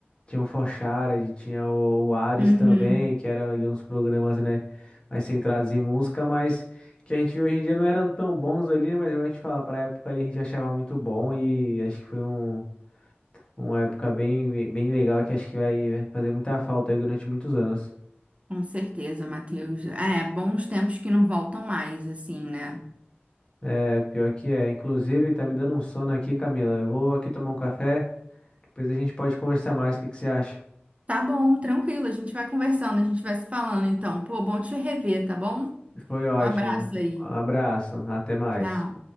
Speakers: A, on the left; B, on the right.
A: tinha o Forshared, tinha o, o Ares
B: Uhum,
A: também, que eram ali uns programas, né, mais centrados em música, mas que a gente vê hoje em dia não eram tão bons ali, né? Mas a gente fala, pra época ali a gente achava muito bom e acho que foi um, uma época bem, bem legal que acho que vai né, fazer muita falta aí durante muitos anos.
B: com certeza, Matheus. É, bons tempos que não voltam mais, assim, né?
A: É, pior que é. Inclusive, tá me dando um sono aqui, Camila. Eu vou aqui tomar um café, depois a gente pode conversar mais. O que que você acha?
B: Tá bom, tranquilo, a gente vai conversando, a gente vai se falando, então. Pô, bom te rever, tá bom?
A: Foi ótimo.
B: Um abraço aí.
A: Um abraço, até mais.
B: Tchau.